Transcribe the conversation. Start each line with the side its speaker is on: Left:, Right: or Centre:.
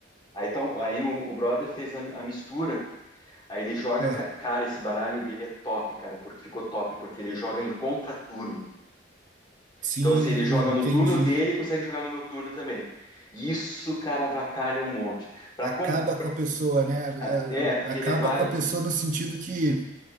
Left: Aí, tá, aí o, o brother fez a, a mistura. Aí ele joga,
Right: Ah,
Left: ca- cara, esse baralho dele é top, cara, porque ficou top, porque ele joga em contraturno.
Right: Sim,
Left: Então, assim, ele joga no
Right: entendi.
Left: turno dele e consegue jogar no meu turno também. Isso, cara, avacalha um monte. Pra
Right: acaba
Left: com...
Right: com a pessoa, né? É,
Left: ah, É,
Right: o-
Left: porque
Right: Acaba
Left: ele vai.
Right: com a pessoa no sentido que